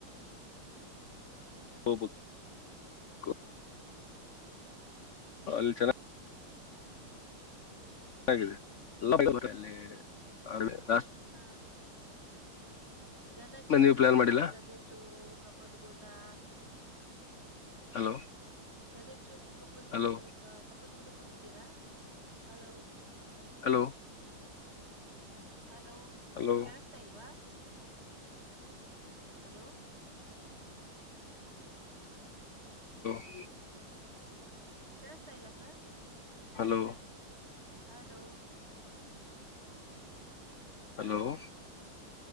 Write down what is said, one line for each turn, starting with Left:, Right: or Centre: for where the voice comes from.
Left: ಹಬ <unintelligible> ಲ್ಚನಾ <unintelligible> ಹಾಗಾಗಿದೆ <unintelligible>
Right: ಹಾ ಗದಗ್ ಜಗ್
Left: ನೀವು
Right: ಹೋಗಿದ್ದೀರಾ
Left: ಪ್ಲಾನ್ ಮಾಡಿಲ್ಲ
Right: ಗದಗ್ ಜ ಕಪತ್ ಗ ದಾ
Left: ಹಲೋ
Right: ಗದಗ್ ಜೋ ಕಪ್ಪದ ಕೊಟ್ಟ
Left: ಹಲೋ
Right: ಕಪ್ಪದ ಗುಡ್ಡಕ್ ಹೋಗಿದ್ದೀರಾ ಹಲೋ
Left: ಹಲೋ
Right: ಹಲೋ
Left: ಹಲೋ
Right: ಕೇಳಸ್ತಾ ಇಲ್ವಾ ಹಲೋ
Left: ಹ್ಮ
Right: ಕೇಳಿಸತಾ ಇಲ್ಲ ಸರ್
Left: ಹಲೋ
Right: ಹಲೋ
Left: ಹಲೋ <inaudible>